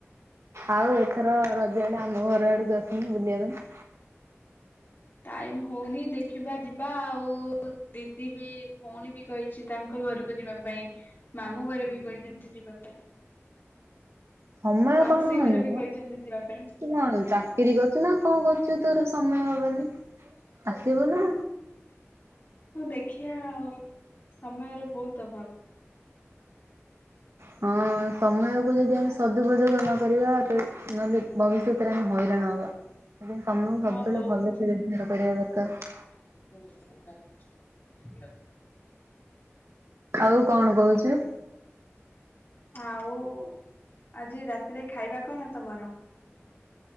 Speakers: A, on the right; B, on the left.
A: ଆଉ ଏଥର ରଜ ଆଡେ ଆମ ଘର ଆଡକୁ ଆସନୁ ବୁଲିବା ପାଇଁ।
B: ଟାଇମ୍ ହଉନି ଦେଖିବା ଯିବା ଆଉ। ଦି ଦିଦି ବି ଭଉଣୀ ବି କହିଚି ତାଙ୍କ ଘରୁକୁ ଯିବା ପାଇଁ ମାମୁଁ ଘରେ ବି କହିଚନ୍ତି ଯିବା ପାଇଁ।
A: ସମୟ
B: ମାଉସୀ
A: କଣ ହଉନି
B: ଘରେ ବି
A: ମ।
B: କହିଚନ୍ତି ଯିବା ପାଇଁ।
A: ତୁ କଣ ଚାକିରି କରୁଚୁ ନା କଣ କରୁଚୁ ତୋର ସମୟ ହବନି ଆସିବୁ ନା।
B: ହଉ ଦେଖିଆ ଆଉ ସମୟରେ ବହୁତ୍ ଅଭାବ।
A: ହଁ ସମୟକୁ ଯଦି ଆମେ ସଦୁପଯୋଗ ନ କରିବା ନହେଲେ ଭବିଷ୍ୟତରେ ଆମେ ହଇରାଣ ହବା। ସେଥିପାଇଁ ସମୟକୁ ସବୁବେଳେ
B: ହଁ ବହୁତ।
A: ଭଲେ। <unintelligible>
B: <unintelligible>
A: ଆଉ କଣ କହୁଚୁ?
B: ଆଉ ଆଜି ରାତିରେ ଖାଇବା କଣ ତମର?